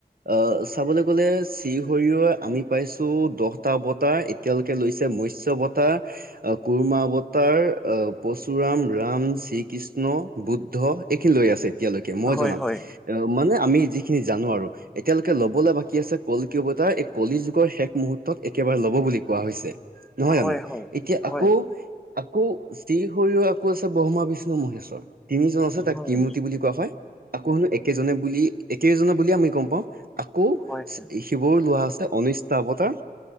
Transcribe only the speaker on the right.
অহ চাবলৈ গ'লে শ্ৰী হৰিয় আমি পাইছোঁ দহটা অৱতাৰ এ এতিয়ালৈকে লৈছে মৎস্য অৱতাৰ, আহ কুুৰ্মা অৱতাৰ, আহ পৰশুৰাম, ৰাম শ্ৰী কৃষ্ণ, কৃষ্ণ, বুদ্ধ এইখিনি লৈ আছে এতিয়ালৈকে মই
জনাত।
এ মানে আমি যিখিনি জানো আৰু। এতিয়ালৈকে ল'বলে বাকী আছে কলকি অৱটাৰ, এই কলি যুগৰ শেষ মুহূৰ্ত্তত একেবাৰে ল'ব বুলি কোৱা হৈছে। নহয়
জানো?
এতিয়া
আকৌ আ আকৌ শ্ৰী হৰিও আকৌ আছে ব্ৰহ্মা, বিষ্ণু, মহেশ্বৰ তিনিজন আছে।
তাক ত্ৰিমূৰ্তি বুলি কোৱা হয়। আকৌ শুনো একেজনে বুলি একেজনে বুলিয়ে আমি গম পাওঁ। আকৌ
শ্ৰী শিৱৰো লোৱা আছে ঊনৈশটা অৱতাৰ,